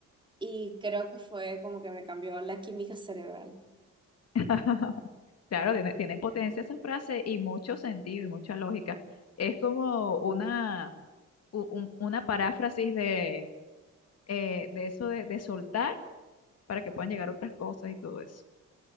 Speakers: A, on the right (about 15°); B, on the left (about 55°).
A: Y creo que fue como que me cambió la química cerebral.
B: <laughs> Claro, tiene, tiene potencia esa frase y mucho sentido y mucha lógica. Es como una, u- un- una paráfrasis de, eh, de eso de, de soltar para que puedan llegar otras cosas y todo eso.